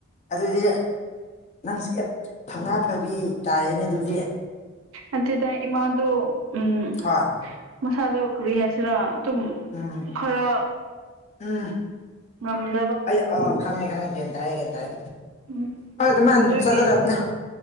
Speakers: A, on the left; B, on the right.
A: ꯑꯗꯨꯗꯤ ꯅꯪꯁꯦ ꯊꯧꯅꯥ ꯐꯕꯤ ꯇꯥꯏꯌꯦꯅꯦ ꯑꯗꯨꯗꯤ
B: ꯑꯗꯨꯗ ꯏꯃꯥꯗꯨ ꯎꯝ
A: ꯑꯥꯏ
B: ꯃꯁꯥꯗꯣ ꯀꯔꯤ ꯍꯥꯏꯁꯤꯔꯥ ꯑꯗꯨꯝ
A: ꯎꯝ
B: ꯈꯔ
A: ꯎꯝ
B: ꯎꯝ
A: ꯑꯩ ꯑ ꯈꯪꯉꯦ ꯈꯪꯉꯦ ꯒꯦꯟ ꯇꯥꯔꯦ ꯒꯦꯟ ꯇꯥꯔꯦ
B: ꯎꯝ
A: ꯍꯣꯏ ꯑꯗꯨꯃꯥꯏꯅ
B: ꯑꯗꯨꯒꯤ
A: ꯆꯠꯀꯗꯝꯅꯦ